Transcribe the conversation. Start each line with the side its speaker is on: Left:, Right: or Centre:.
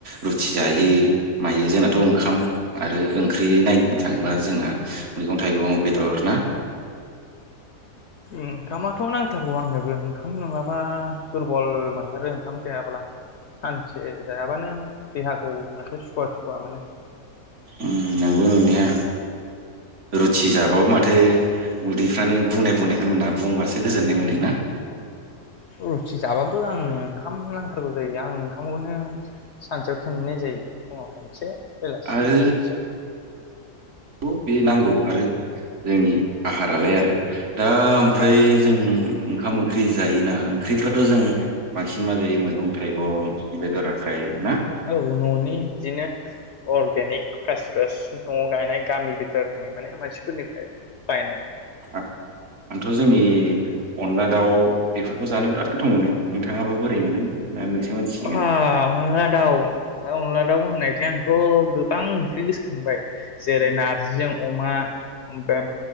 Right: रुथि जायो मायो जोंनाथ' ओंखाम आरो ओंख्रि नायनो थाङोब्ला जोंहा मैगं थाइगं बेदर ना
Left: ओंखामाथ' नांथारगौ आंनोबो ओंखाम नङाब्ला दुरबल मोनथारो ओंखाम जायाब्ला। सानसे जायाबानो देहा खौ माथो सुखुवा सुखुवा मोनो ।
Right: उम नोंगौ नोंनाया रुथि जाबाबो माथो उदैफ्रानो बुंनाय बुंनायखौनो मोना बुंबासो गोजोननाय मोनो ना?
Left: रुथि जाबाबो आंनो ओंखाम नांथारगौ जायो आं ओंखामखौनो सानसेयाव खेननै जायो फुङाव खनसे बेलासेयाव
Right: आरो
Left: खनसे ।
Right: बे नांगौ आरो जोंनि आहारालाय आरो दा ओमफ्राय जों ओंखाम ओंख्रि जायोना ओंख्रिफ्राथ' जों बांसिन मा जायो मैगं थाइगं ओमफ्राय बेदर आखाय ना
Left: औ न'नि इदिनो अरगेनिक फ्रेस फ्रेस । नआव गायनाय गामि बिथोरनि माने मानसिफोरनिफ्राय बायनाय ।
Right: आंथ' जोंनि अनला दाउ बेफोरखौ जानो बिराद गोथाव मोनो नोंथाङाबा बोरै मोनो? ना नोंसो मिथिसिगोन
Left: आहा अनला दाउ अनला दाउ होननायखाय आंथ' गोबां ओंख्रि गोसोखांबाय जेरै नारजिजों अमा ओमफ्राय